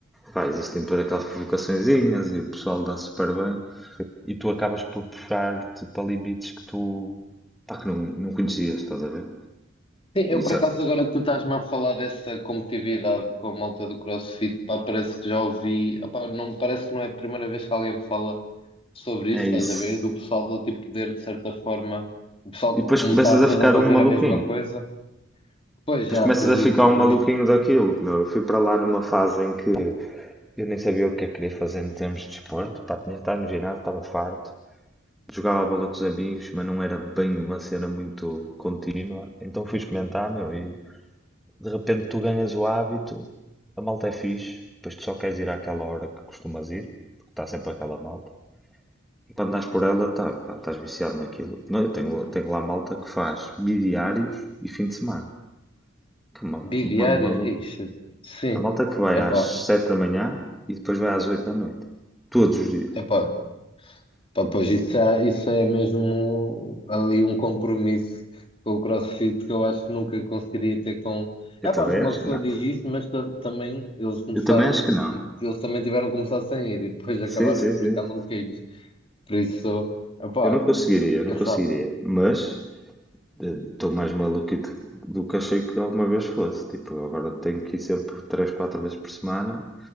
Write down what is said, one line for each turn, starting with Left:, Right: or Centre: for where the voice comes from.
Centre: Pá, existem depois aquelas provocaçõezinhas e o pessoal dá super bem e tu acabas por puxar-te para limites que tu. Pá, que não, não conhecias, estás a ver?
Left: Sim, eu
Centre: E
Left: por
Centre: sabe-
Left: acaso agora que tu estás-me a falar dessa competitividade com a malta do CrossFit, pá, parece que já ouvi, opá, não, parece que não é a primeira vez que alguém me fala sobre isso,
Centre: É
Left: estás
Centre: isso.
Left: a ver? Do pessoal do tipo poder, de certa forma, o pessoal
Centre: E depois
Left: que me
Centre: começas
Left: está todo
Centre: a ficar
Left: a fazer
Centre: um maluquinho.
Left: a mesma coisa. Pois
Centre: Depois
Left: já
Centre: começas
Left: acredito,
Centre: a ficar
Left: acredito.
Centre: um maluquinho daquilo. Meu, eu fui para lá numa fase em que eu nem sabia o que é que queria fazer em termos de desporto. Pá, tinha estado no ginásio, estava farto. Jogava a bola com os amigos, mas não era bem uma cena muito contínua. Então fui experimentar, meu, e De repente tu ganhas o hábito, a malta é fixe, depois tu só queres ir àquela hora que costumas ir, porque está sempre aquela malta. E quando andas por ela, tá, pá, estás viciado naquilo. Não, eu tenho, tenho lá malta que faz bidiários e fim de semana. Que é uma,
Left: Bidiários,
Centre: uma, uma
Left: ixi, sim,
Centre: Há malta que vai
Left: epá,
Centre: às 7 da manhã e depois vai às 8 da noite. Todos os dias.
Left: epá. Pá, pois isso é, isso é mesmo ali um compromisso com o CrossFit que eu acho que nunca conseguiria ter com.
Centre: Eu
Left: É
Centre: também
Left: pá, uma
Centre: acho
Left: pessoa
Centre: que não.
Left: diz isso, mas ta- também eles começaram,
Centre: Eu também acho que não.
Left: eles também tiveram que começar sem ir e depois acabaram
Centre: Sim, sim,
Left: por
Centre: sim.
Left: ficar maluquinhos. Por isso, é pá,
Centre: Eu não conseguiria, eu
Left: quem
Centre: não conseguiria.
Left: sabe?
Centre: Mas estou mais maluquito do que achei que alguma vez fosse. Tipo, agora tenho que ir sempre 3, 4 vezes por semana